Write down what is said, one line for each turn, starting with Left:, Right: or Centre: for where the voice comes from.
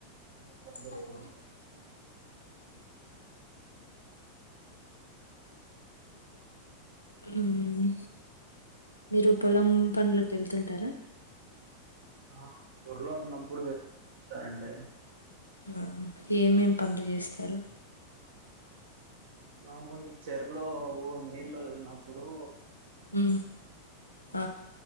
Right: ఫోన్ చేశాను
Left: హలో మ్ మీరు పొలం పనులకు వెళ్తుంటారా
Right: ఆ ఊర్లో ఉన్నప్పుడు వెళ్తుంటా అండి
Left: ఆ ఏం ఏం పనులు చేస్తారు
Right: మాముల్ ఈ చెర్లో నీళ్ళ వదిలినపుడు
Left: ఉ హ